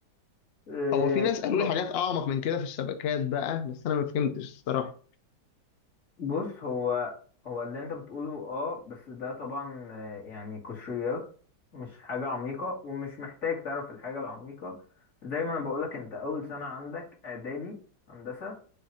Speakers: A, on the left (about 45°); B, on the left (about 75°).
A: اه
B: هو في ناس قالوا
A: هو-
B: لي حاجات أعمق من كده في الشبكات بقى بس أنا ما فهمتش الصراحة
A: بص هو هو اللي انت بتقوله اه بس ده طبعا آه، يعني قشريات مش حاجة عميقة ومش محتاج تعرف الحاجة العميقة زي ما انا بقولك انت اول سنة عندك اعدادي هندسة